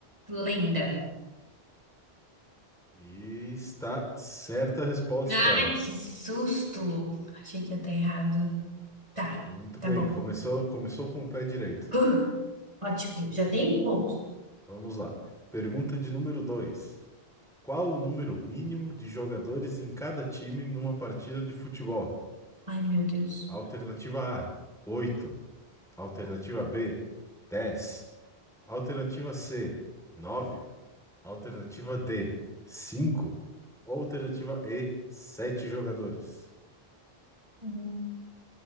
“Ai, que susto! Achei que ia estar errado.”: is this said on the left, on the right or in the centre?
Right